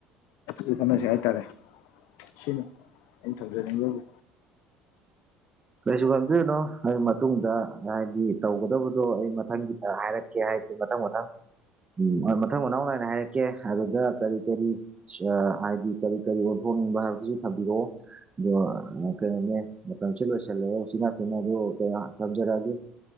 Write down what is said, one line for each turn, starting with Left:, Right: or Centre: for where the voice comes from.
Left: ꯑꯗꯨꯁꯨ ꯈꯠꯅꯁꯤ ꯍꯥꯏꯇꯥꯔꯦ ꯁꯤꯅꯤ ꯑꯩꯅ ꯊꯝꯖꯅꯤꯡꯕꯕꯨ
Right: ꯀꯩꯁꯨ ꯈꯟꯕꯤꯔꯨꯅꯨ ꯑꯩ ꯃꯇꯨꯡꯗ ꯍꯥꯏꯗꯤ ꯇꯧꯒꯗꯕꯗꯣ ꯑꯩ ꯃꯊꯪꯒꯤꯗ ꯍꯥꯏꯔꯛ ꯀꯦ ꯍꯥꯏꯗꯤ ꯃꯊꯪ ꯃꯊꯪ ꯎꯝ ꯃꯊꯪ ꯃꯅꯥꯎ ꯅꯥꯏꯅ ꯍꯥꯏꯔꯛꯀꯦ ꯑꯗꯨꯗ ꯀꯔꯤ ꯀꯔꯤ ꯍꯥꯏꯗꯤ ꯀꯔꯤ ꯀꯔꯤ ꯑꯣꯟꯊꯣꯛꯅꯤꯡꯕ ꯍꯥꯏꯕꯗꯨꯁꯨ ꯊꯝꯕꯤꯔꯛꯑꯣ ꯀꯩꯅ‌ꯣꯅ‌ꯦ ꯃꯇꯝꯁꯤ ꯂ‌ꯣꯏꯁ ꯜꯂ ꯁꯤꯅ ꯁꯤꯅ ꯑꯗꯨ ꯀꯩꯅꯣ ꯊꯝꯖꯔꯛꯑꯒꯦ